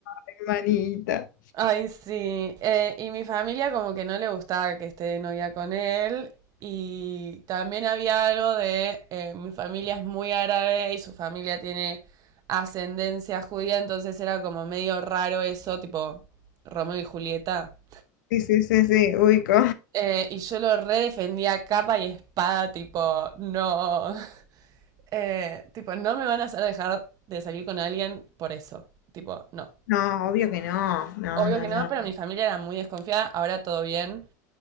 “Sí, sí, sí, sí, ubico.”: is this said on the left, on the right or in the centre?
Left